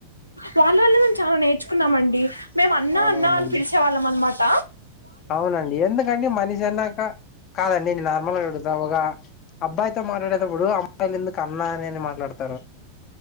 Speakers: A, on the left; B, on the left.
A: వాళ్ళ వల్ల మేము చాలా నేర్చుకున్నామండి, మేము అన్నా
B: అవునవునండి
A: అన్నా అని పిలిచేవాళ్ళం. మన్ మాట
B: అవునండి ఎందుకండి మనిషి అన్నాక, కాదండి నేను నార్మల్గా అడుగుతా ఒగ అబ్బాయితో మాట్లాడేటప్పుడు, అమ్మాయిలు ఎందుకు అన్నా అని అని మాట్లాడతారు?